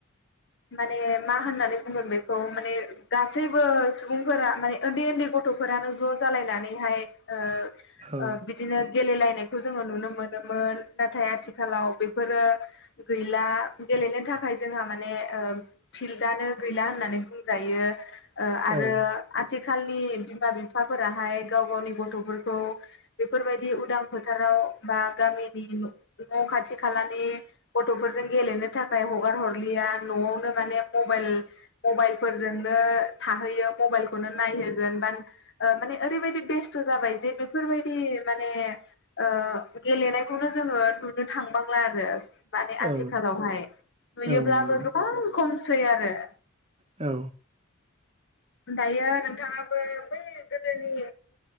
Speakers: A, on the left; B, on the right.
A: माने मा होननानै। बुंगोन बेखौ माने गासैबो सुबुंफोरा माने ओन्दै-ओन्दै गथ'फोरानो ज' जालायनानैहाय। ओ-ओ
B: औ
A: बिदिनो। गेले लायनायखौ जोङो नुनो मोनोमोन नाथाय आथिखालाव बेफोरो गैला। गेलेनो थाखाय जोंहा माने ओ फिल्डआनो। गैला होननानै बुंजायो ओ
B: औ
A: आरो आथिखाल। आथिखालनि बिमा-बिफाफोराहाय गाव-गावनि गथ'फोरखौ बेफोरबायदि उदां फोथाराव‌। बा गामिनि न' खाथि-खालानि गथ'फोरजों गेलेनो थाखाय हगार हरलि। गैया न'आवनो माने मबाइल। मबाइल फोरजोंनो थाहैयो मबाइलखौनो नायहोगोन बा। ओ माने ओरैबायदि बेस्थ' जाबाय जे बेफोरबायदि माने ओ गेलेनाय। बेखौनो जोङो नुनो थांबांला आरो। माने आथिखालावहाय
B: औ
A: नुयोब्लाबो
B: औ नंगौ
A: गोबां खमसै आरो।
B: औ।
A: दायो नोंथाङाबो बै गोदोनि।